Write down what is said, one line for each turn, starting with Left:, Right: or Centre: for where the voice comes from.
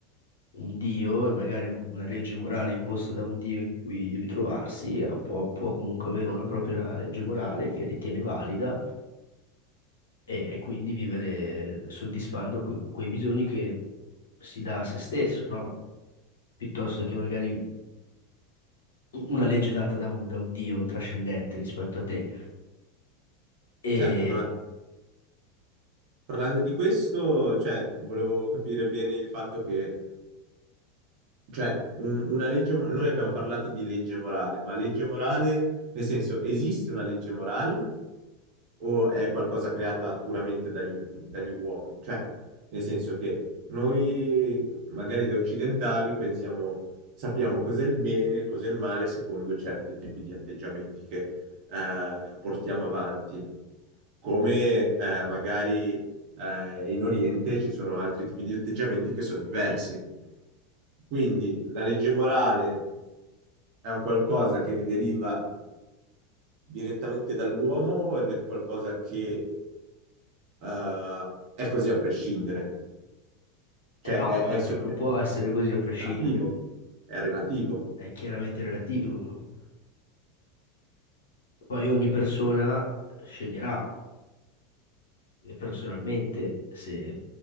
Left: un dio e magari un- una legge morale imposta da un dio in cui ritrovarsi, eh, può, può comunque avere una propria legge morale che ritiene valida e, e quindi vivere soddisfando que- quei bisogni che si dà a se stesso, no? Piuttosto che magari u- una legge data da un, da un Dio trascendente rispetto a te. E
Right: Certo, ma Parlando di questo, cioè, volevo capire bene il fatto che, cioè, un- una legge, noi abbiamo parlato di legge morale, ma legge morale, nel senso, esiste una legge morale o è qualcosa creata puramente dagli, u- dagli uomini? Cioè, nel senso che noi, magari da occidentali, pensiamo, sappiamo cos'è il bene e cos'è il male secondo certi tipi di atteggiamenti che eh, portiamo avanti come eh, magari eh, in Oriente ci sono altri tipi di atteggiamenti che sono diversi. Quindi la legge morale è un qualcosa che deriva direttamente dall'uomo o è qualcosa che eh, è così a prescindere? Cioè
Left: eh no,
Right: è,
Left: eh,
Right: è su-
Left: no, non
Right: è
Left: può essere così a prescindere,
Right: relativo, è relativo.
Left: è chiaramente relativo. Poi ogni persona sceglierà eh, personalmente se